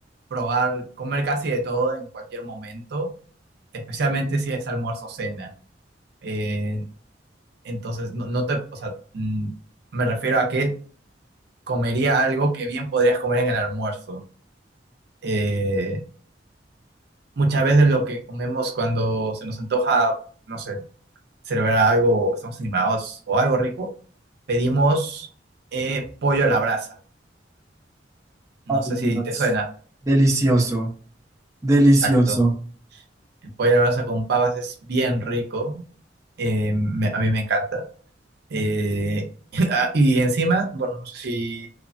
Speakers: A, on the right; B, on the right.
A: probar, comer casi de todo en cualquier momento, especialmente si es almuerzo o cena. Eh, entonces, no, no te, o sea, mm, me refiero a que comería algo que bien podrías comer en el almuerzo. Eh, muchas veces lo que comemos cuando se nos antoja, no sé. celebrar algo, estamos animados o algo rico, pedimos eh, pollo a la brasa. No
B: Ay,
A: sé si
B: Dios,
A: te suena.
B: delicioso. Delicioso.
A: Exacto. El pollo a la brasa con papas es bien rico. eh, me- a mí me encanta. Eh, <laughs> ah, y encima, bueno, no sé si